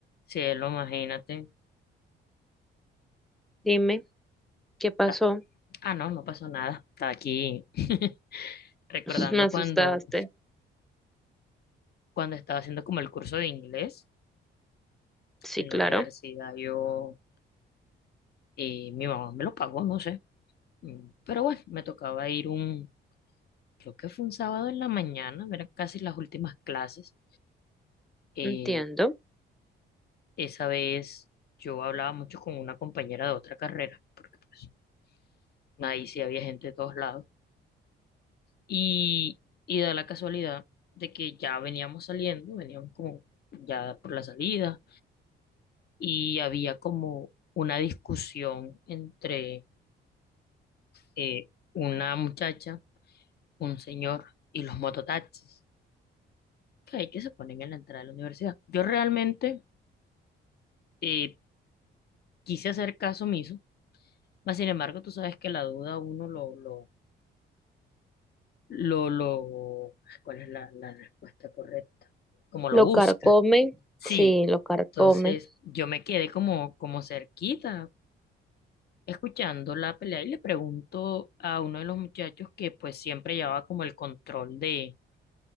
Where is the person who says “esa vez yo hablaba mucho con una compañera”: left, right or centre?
Left